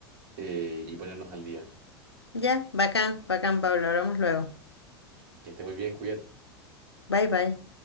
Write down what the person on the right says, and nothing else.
eh, y ponernos al día.
Que esté muy bien, cuídate.